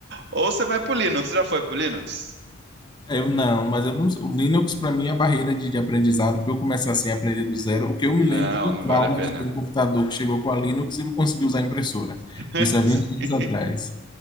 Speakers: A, on the right; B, on the left.
A: Ou você vai pro Linux. Você já foi pro Linux?
B: Eu não, mas eu não, o Linux para mim é a barreira de, de aprendizado, para eu começar assim a aprender do zero, o que eu
A: Não,
B: me lembro do
A: não
B: trauma
A: vale a pena.
B: de ter um computador que chegou com a Linux e não conseguiu usar a impressora.
A: <laughs>
B: Isso há
A: Sim,
B: 20 anos atrás.